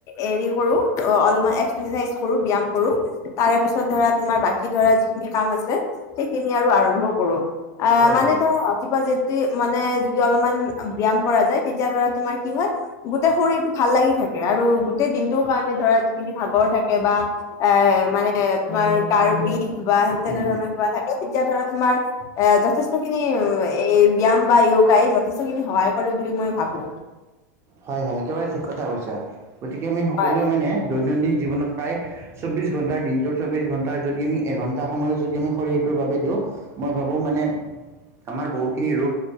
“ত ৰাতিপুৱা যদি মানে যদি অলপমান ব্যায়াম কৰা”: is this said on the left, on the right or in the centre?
Left